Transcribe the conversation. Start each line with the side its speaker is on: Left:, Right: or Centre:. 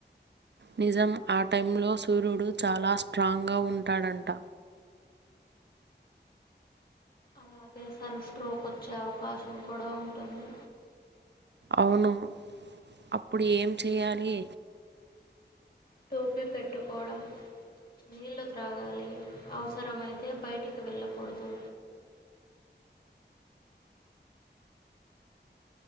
Right: నిజం ఆ టై లో సూర్యుడు చాలా స్ట్రాంగ్ గా ఉంటాడంట
Left: అలాగే సన్ స్ట్రోక్ వచ్చే అవకాశం కూడా ఉంటుంది
Right: అవును అప్పుడు ఏం చేయాలి
Left: టోపీ పెట్టుకోవడం నీళ్లు త్రాగాలి అవసరమైతే బయటికి వెళ్ళకూడదు